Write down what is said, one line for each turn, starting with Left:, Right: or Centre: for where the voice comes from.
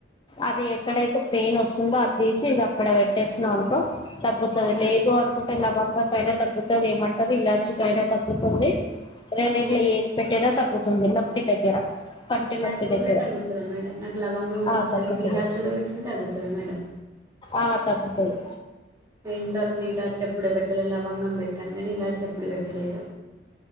Left: అది ఎక్కడైతే పెయిన్ వస్తుందో అది తీసి ఇది అక్కడ పెట్టేసిన అనుకో తగ్గుతుంది లేదు అనుకుంటే లవంగాకైనా తగ్గుతుంది ఏమంటారు ఇలాచ కైనా తగ్గుతుంది రెండు ఇట్ల
Right: ఓ
Left: ఏది పెట్టేనా తక్ పోతుంది నొప్పి దగ్గర పంటి
Right: ఇలాచి
Left: నొప్పి
Right: కూడా
Left: దగ్గర
Right: తగ్గుతాది మేడం నాకు లవంగ ఉగ
Left: ఆ
Right: తెలిస
Left: తగ్గుతది
Right: ఇలాచి కూడా పెట్టింది తగ్గుతాది మేడం
Left: ఆ తప్పతలి
Right: ఇంతవరకు నే ఇలా చెప్పుడ పెట్టలేలా వంగం పెట్టాను గాని ఇలా చెప్పుడు పెట్టలేదు